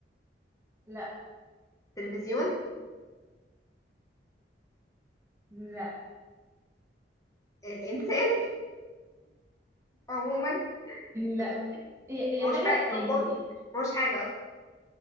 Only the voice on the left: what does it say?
التلفزيون
الإنسان عموما
أظن-
ما هوش
حاجة
ما هوش حاجة